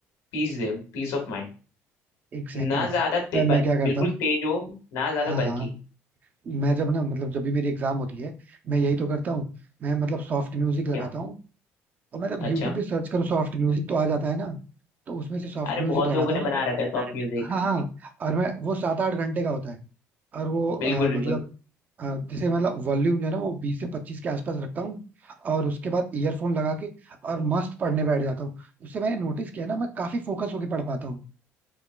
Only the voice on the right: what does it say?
Exactly
exactly.
मैं क्या करता
हूँ
हाँ हाँ
मैं जब ना मतलब जब भी मेरी एग्जाम होती है मैं यही तो करता हूँ मैं मतलब सॉफ्ट म्यूजिक लगाता
हूँ और मतलब
यूट्यूब पे सर्च करो सॉफ्ट म्यूजिक तो आ जाता है ना तो उसमें से सॉफ्ट
म्यूजिक
लगाता
हूँ
हाँ हाँ और मैं वो सात आठ घंटे का होता है और वो अ,
मतलब अ, जैसे मतलब वॉल्यूम जो है ना वो बीस से पच्चीस के आसपास रखता हूँ और उसके बाद ईयरफोन लगा के और मस्त पढ़ने बैठ जाता हूँ उससे मैंने नोटिस किया ना मैं काफी फोकस होके पढ़ पाता हूँ